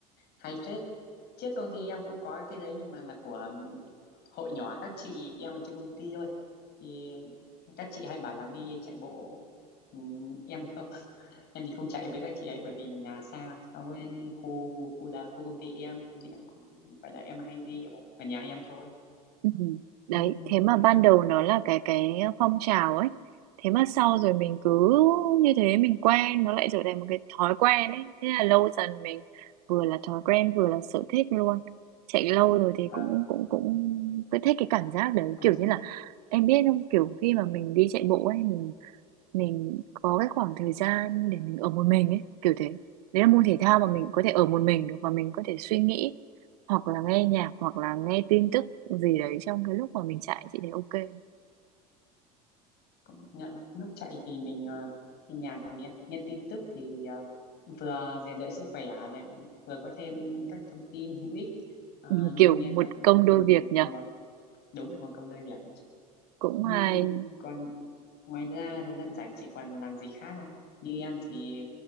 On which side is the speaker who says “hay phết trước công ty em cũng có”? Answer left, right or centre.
Left